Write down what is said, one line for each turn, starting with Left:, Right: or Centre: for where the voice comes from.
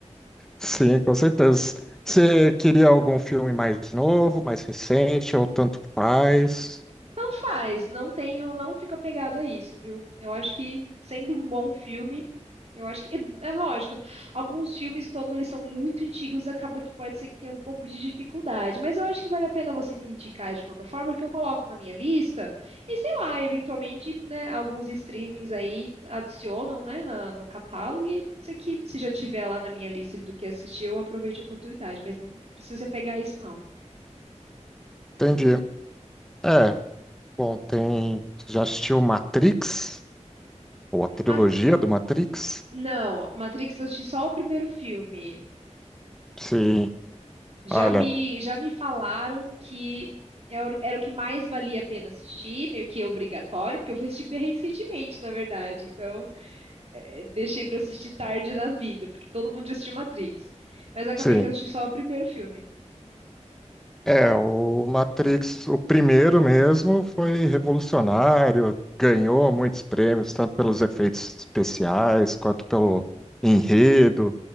Centre: Sim, com certeza. Você queria algum filme mais novo, mais recente, ou tanto faz?
Right: Tanto faz, não tenho, não fico apegada a isso, viu? Eu acho que sendo um bom filme, eu acho que é, é lógico. Alguns filmes, quando eles são muito antigos, acaba que pode ser que tenha um pouco de dificuldade, mas eu acho que vale a pena você me indicar de qualquer forma, que eu coloco na minha lista e sei lá, eventualmente, né, alguns streamings aí adicionam, né, na- no catálogo e aí pode ser que se já tiver lá na minha lista do que assistir, eu aproveite a oportunidade, mas não precisa pegar isso não.
Centre: Entendi. É, bom, tem. Você já assistiu Matrix? Ou a trilogia
Right: Mas
Centre: do Matrix?
Right: não, Matrix eu assisti só o primeiro filme.
Centre: Sim,
Right: Já
Centre: olha,
Right: me, já me falaram que é o- era o que mais valia a pena assistir, meio que obrigatório, porque eu fui assistir bem recentemente, na verdade. Então, é, é, deixei pra assistir tarde da vida, porque todo mundo já assistiu Matrix. Mas acabei
Centre: sim.
Right: que eu assisti só o primeiro filme.
Centre: É, o Matrix, o primeiro mesmo, foi revolucionário, ganhou muitos prêmios, tanto pelos efeitos especiais quanto pelo enredo.